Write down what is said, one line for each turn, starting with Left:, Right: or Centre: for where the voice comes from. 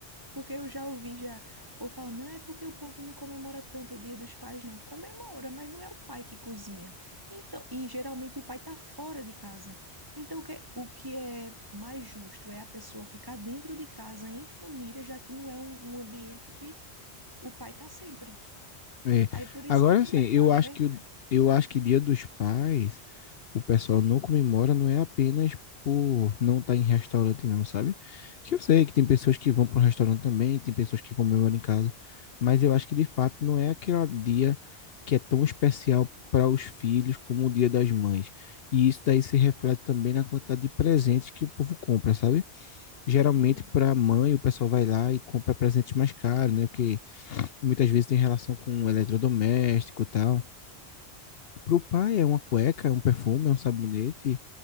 Right: Porque eu já ouvi já, o povo falando, não é porque o povo não comemora tanto o Dia dos Pais, não. Comemora, mas não é o pai que cozinha. Então, e geralmente o pai está fora de casa. Então, o que, é, o que é mais justo é a pessoa ficar dentro de casa, em família, já que não é um, um ambiente que o pai está sempre.
Left: É.
Right: Aí por isso
Left: Agora
Right: que tem
Left: sim,
Right: mais
Left: eu
Right: vaga,
Left: acho
Right: né?
Left: que o- eu acho que Dia dos Pais, o pessoal não comemora, não é apenas por não estar em restaurante, não, sabe? Que eu sei que tem pessoas que vão para um restaurante também, tem pessoas que comemoram em casa, mas eu acho que de fato não é aquele dia que é tão especial para os filhos como o Dia das Mães. E isso daí se reflete também na quantidade de presentes que o povo compra, sabe? Geralmente
Right: É verdade.
Left: para a mãe, o pessoal vai lá e compra presentes mais caros, né? Porque muitas vezes tem relação com eletrodoméstico e tal. Pro pai é uma cueca, é um perfume, é um sabonete.